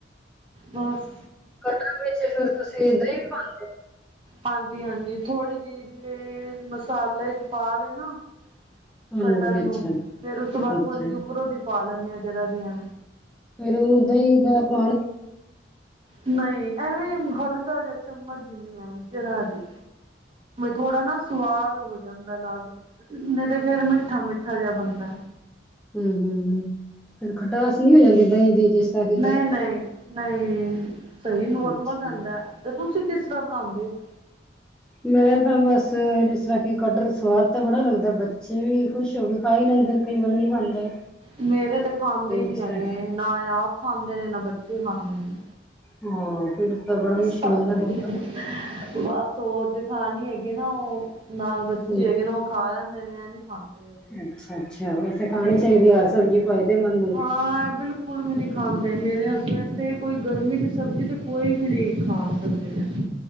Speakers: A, on the right; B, in the centre.
A: ਬਸ।
B: ਕਟਲ ਵਿੱਚ ਫੇਰ ਤੁਸੀਂ ਦਹੀਂ ਵੀ ਪਾਉਂਦੇ
A: ਹਾਂਜੀ-ਹਾਂਜੀ ਥੋੜ੍ਹੀ ਜਿਹੀ ਜਿਵੇਂ ਮਸਾਲੇ ਚ ਪਾ ਲੇ ਨਾ।
B: ਹਾਂਜੀ
A: ਕਟਰ
B: ਅੱਛਾ
A: ਨੂੰ ਫੇਰ ਉਸ ਤੋਂ ਬਾਅਦ
B: ਅੱਛਾ
A: ਥੋੜ੍ਹੀ ਜਿਹੀ ਉੱਪਰੋਂ ਦੀ ਪਾ ਲੈਂਦੇ ਆਾਂ ਜਰਾ ਜਿਆ।
B: ਫੇਰ ਦਹੀ ਤੇ ਹੋਰ
A: ਨਹੀ ਐਵੇਂ ਹਲਕਾ ਜਿਆ। ਚਮਝ ਜਿਣੀ ਹਾਂ ਜਰਾ ਜੀ। ਥੋੜਾ ਨਾ ਸਵਾਦ ਹੋ ਜਾਂਦਾ ਅਲੱਗ ਨਹੀਂ ਤੇ ਫੇਿਰ ਮਿੱਠਾ-ਮਿੱਠਾ ਜਿਹਾ ਬਣਦਾ।
B: ਹੂੰ-ਹੂੰ-ਹੂੰ ਫਿਰ ਖਟਆਸ ਨੀ ਹੋ ਜਾਂਦੀ ਦਹੀਂ ਦੀ ਜਿਸ ਤਰਾ ਕਿ ਦਹੀਂ
A: ਨਹੀਂ-ਨਹੀਂ ਸਹੀ ਨੋਰਮਲ
B: ਅੱਛਾ
A: ਰਹਿੰਦਾ, ਤੇ ਤੁਸੀਂ ਕਿਸ ਤਰ੍ਹਾਂ ਬਣਾਦੇ ਹੋ?
B: ਮੈਂ ਤਾਂ ਬਸ ਜਿਸ ਤਰ੍ਹਾਂ ਕਿ ਕਟਰ ਸਵਾਦ ਤਾਂ ਬੜਾ ਲੱਗਦਾ ਬੱਚੇ ਵੀ ਖੁਸ਼ ਹੋ ਕੇ ਖਾ ਹੀ ਲੈਂਦੇ ਨੇ ਕਈ ਵਾਰ ਨਹੀਂ ਖਾਂਦੇ
A: ਮੇਰੇ ਤੇ ਖਾਂਦੇ ਹੀ ਨਹੀਂ
B: ਇਸ
A: ਹੈਗੇ
B: ਤਰ੍ਹਾਂ
A: ਨਾ ਇਹ ਆਪ। ਖਾਂਦੇ ਨੇ ਨਾ ਬੱਚੇ ਖਾਂਦੇ ਨੇ।
B: ਹਾਂ ਫਿਰ ਤਾਂ ਬੜਾ ਮੁਸ਼ਕਿਲ
A: ਸਾਡੇ
B: ਹੋ ਜਾਂਦਾ
A: ਬਸ। ਸੋਜ ਜੇਠਾਣੁ ਹੈਗੀ ਏ ਨਾ ਉਹ ਨਾਲ ਬੱਚੇ
B: ਹੂੰ,
A: ਹੈਗੇ ਨੇ ਉਹ ਖਾ ਲੈਂਦੇ ਨੇ ਨੀ ਖਾਂਦੇ ਹੈਗੇ।
B: ਅੱਛਾ-ਅੱਛਾ ਵੈਸੇ ਖਾਣੀ ਚਾਹੀਦੀ ਹੈ ਹਰ ਸਬਜ਼ੀ। ਫਾਯਦੇਮੰਦ।
A: ਹਾਂ ਬਿਲਕੁਲ ਵੀ ਨਹੀਂ ਖਾਂਦੇ ਮੇਰੇ ਹਸਬੈਂਡ ਤੇ ਕੋਈ ਗਰਮੀ ਦੀ ਸਬਜ਼ੀ ਤਾਂ ਕੋਈ ਵੀ ਨਹੀਂ ਖਾ ਸਕਦੇ ਹ